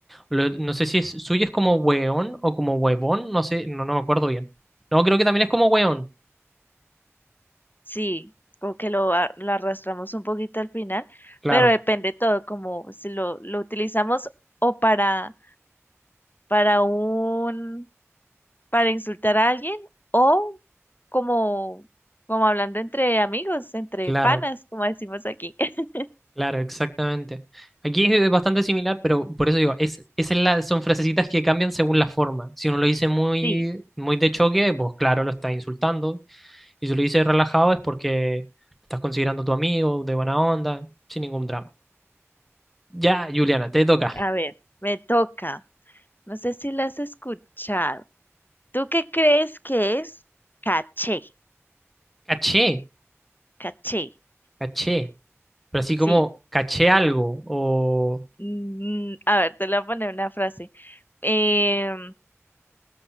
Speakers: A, in the centre; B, on the left.
A: Lo- no sé si es, suyo es como weón o como huevón, no sé, no, no me acuerdo bien. No, creo que también es como weón.
B: Sí, como que lo, a- lo arrastramos un poquito al final,
A: Claro,
B: pero depende todo, como si lo, lo utilizamos o para, para un, para insultar a alguien o como, como hablando entre amigos, entre
A: claro,
B: panas, como decimos aquí. <laughs>
A: claro, exactamente. Aquí es eh, bastante similar, pero por eso digo, es, esa es la, son frasecitas que cambian según la forma. Si uno lo dice muy,
B: Sí,
A: muy de choque, pues claro, lo estás insultando. Y si lo dice relajado es porque lo estás considerando tu amigo, de buena onda, sin ningún drama. Ya, Juliana, te
B: y
A: toca.
B: a ver, me toca. No sé si la has escuchado. ¿Tú qué crees que es caché?
A: Caché,
B: Caché,
A: caché. Pero así como
B: sí.
A: caché algo o...
B: Mm, a ver, te le voy a poner una frase. Eh,